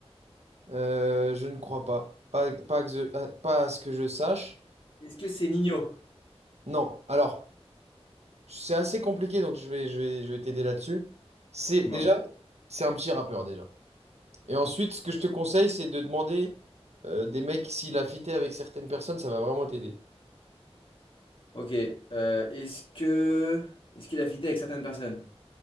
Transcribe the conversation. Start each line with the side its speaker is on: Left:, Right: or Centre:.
Right: Euh, je ne crois pas. Pas, pas, que je- à pas à ce que je sache.
Left: Est-ce que c'est Nino?
Right: Non. Alors, c'est assez compliqué, donc je vais, je vais, je vais t'aider là-dessus. C'est
Left: Moi.
Right: déjà, c'est un petit rappeur déjà. Et ensuite, ce que je te conseille, c'est de demander euh, des mecs s'il a fité avec certaines personnes, ça va vraiment t'aider.
Left: Ok. euh, est-ce que est-ce qu'il a fité avec certaines personnes?